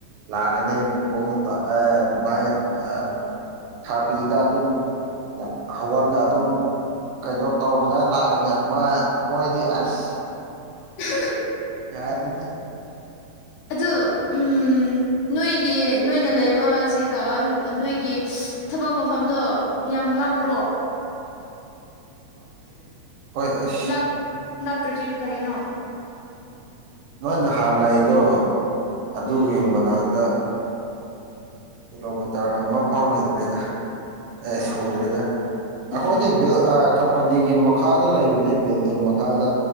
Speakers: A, on the right; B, on the left.
A: ꯂꯥꯛꯀꯅꯤ ꯄꯨꯡ ꯇꯣ ꯑꯥꯏ ꯃꯥꯏ ꯑꯝ ꯊꯥꯔꯇꯤꯗ ꯑꯗꯨꯝ ꯌꯥ ꯍꯧꯒꯠꯂꯒ ꯑꯗꯨꯝ ꯀꯩꯅꯣ ꯇꯧꯅꯤꯡꯉꯥꯏ ꯂꯥꯛꯀꯅꯤ ꯃꯥꯏ ꯃꯣꯏꯗꯤ ꯑꯁ
B: <inaudible>
A: ꯌꯥꯔꯗꯤꯗꯤ <inaudible>
B: ꯑꯗꯨ ꯎꯝ ꯅꯣꯏꯒꯤ ꯅꯣꯏꯅ ꯂꯩꯕ ꯁꯤꯒ ꯅꯣꯏꯒꯤ ꯊꯕꯛ ꯃꯐꯝꯗꯣ ꯌꯥꯝ
A: ꯞ ꯇ
B: ꯂꯥꯞꯄ꯭ꯔꯣ
A: ꯍꯣꯏ <inaudible>
B: ꯂꯞ ꯂꯞꯇ꯭ꯔꯥꯗꯤ ꯐꯩꯅ
A: ꯅꯣꯏꯅ ꯍꯥꯟꯅ ꯂꯥꯛꯕꯗꯣ ꯑꯗꯨꯒꯤ
B: ꯎꯝ
A: ꯃꯅꯥꯛꯇ ꯀꯤꯂꯣꯃꯤꯇꯔ ꯑꯃ ꯐꯥꯎ ꯂꯩꯇ꯭ꯔꯦꯗ ꯑꯦ
B: ꯑꯣ
A: ꯁꯨꯗ꯭ꯔꯦꯗ
B: ꯑꯣ
A: ꯑꯩꯈꯣꯏꯗꯤ ꯀꯝꯄꯅꯤꯒꯤ ꯃꯈꯥꯗ ꯂꯩꯕꯅꯤ ꯕꯤꯜꯗꯤꯡ ꯃꯈꯥꯗ